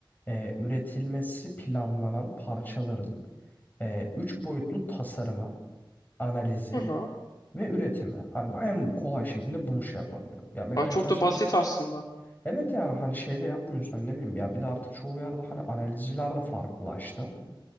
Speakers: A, on the left (about 20°); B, on the left (about 50°).
A: e, üretilmesi planlanan parçaların e, üç boyutlu tasarıma, analizi
B: Hı hı.
A: ve üretimi. Hani ben en kolay şekilde bunu şey yapabiliyorum. Ya mekanik
B: Ha, çok
A: tasarım
B: da basit aslında.
A: evet yani hani şeyde yapmıyorsun hani ne bileyim ya bir de artık çoğu yerde hani analizciler de farklılaştı.